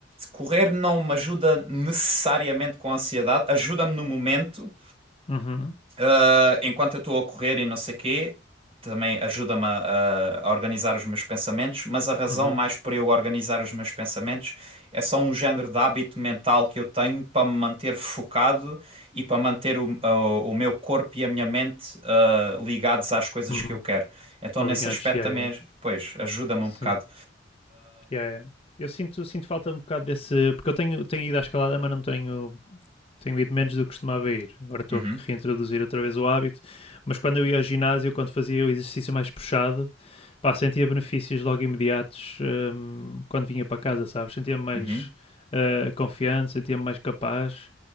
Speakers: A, on the right; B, on the left.
A: correr não me ajuda necessariamente com a ansiedade, ajuda-me no momento,
B: Uhum.
A: ah, enquanto eu estou a correr e não sei quê, também ajuda-me a, a- organizar os meus pensamentos, mas a razão
B: Uhum.
A: mais para eu organizar os meus pensamentos é só um género de hábito mental que eu tenho para me manter focado e para manter o, o- o meu corpo e a minha mente ah, ligados às coisas
B: Uhum.
A: que eu quero. Então,
B: Aligantes,
A: nesse aspecto
B: yeah,
A: também,
B: yeah.
A: pois, ajuda-me
B: Sim.
A: um bocado.
B: Yeah, yeah. Eu sinto, sinto falta um bocado desse. Porque eu tenho, tenho ido à escalada, mas não tenho. Tenho ido menos do que costumava ir. Agora estou
A: Uhum,
B: a reintroduzir outra vez o hábito. Mas quando eu ia ao ginásio, quando fazia o exercício mais puxado, Pá, sentia benefícios logo imediatos hum, quando vinha para casa, sabes? Sentia-me mais
A: uhum.
B: ah, confiante, sentia-me mais capaz